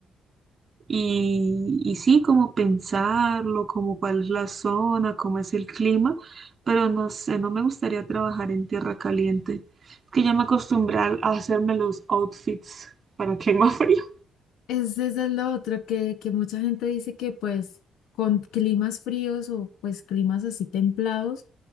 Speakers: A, on the right; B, on the left.
A: Y, y sí, como pensarlo, como cuál es la zona, cómo es el clima, pero no sé, no me gustaría trabajar en tierra caliente. Es que ya me acostumbré a a hacerme los outfits para clima <laughs> frío.
B: Es, eso es lo otro que, que mucha gente dice que pues con climas fríos o pues climas así templados